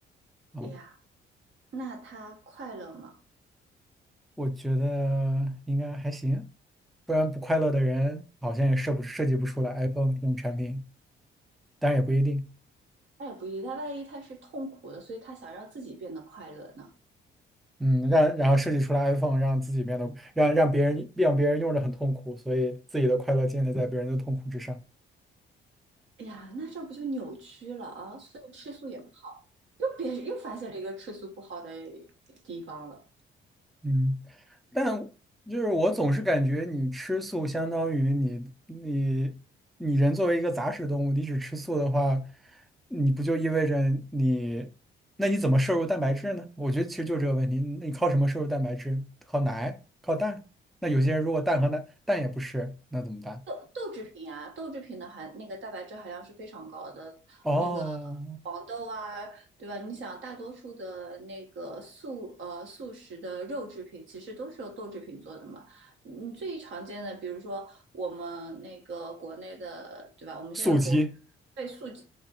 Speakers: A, in the centre; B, on the right.
A: 啊。
B: 哎呀，那他快乐吗？
A: 我觉得应该还行，不然不快乐的人好像也设不设计不出来 iPhone 这种产品。但也不一定。
B: 那也不一定，他万一他是痛苦的，所以他想让自己变得快乐呢？
A: 嗯，让然后设计出来 iPhone，让自己变得让让别人让别人用着很痛苦，所以自己的快乐建立在别人的痛苦之上。
B: 哎呀，那这不就扭曲了啊？所以吃素也不好，又别又发现了一个吃素不好的地方了。
A: 嗯，但就是我总是感觉你吃素相当于你你你人作为一个杂食动物，你只吃素的话，你不就意味着你那你怎么摄入蛋白质呢？我觉得其实就这个问题，你靠什么摄入蛋白质？靠奶？靠蛋？那有些人如果蛋和奶蛋也不吃，那怎么办？
B: 豆豆制品啊，豆制品的含那个蛋白质含量是非常高的，
A: 哦，
B: 那个黄豆啊，对吧？你想，大多数的那个素呃素食的肉制品，其实都是由豆制品做的嘛。嗯，最常见的，比如说我们那个国内的，对吧？我们现在国
A: 速激。
B: 被素鸡